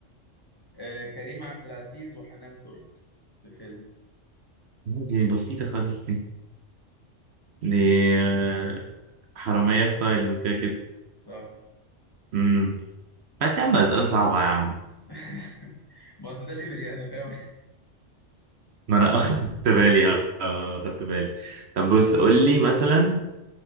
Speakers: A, on the left (about 20°); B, on the right (about 60°).
A: أه كريم عبد العزيز وحنان ترك في فيلم
B: دي بسيطة خالص دي دي آه، حرامية في تايلاند كده
A: صح
B: كده هات يا عم أسئلة صعبة يا عم
A: <laughs> ما أصل ده ليفلي أنا فاهم
B: ما أنا <laughs> أخدت بالي أه آه، أخدت بالي طب بص قول لي مثلا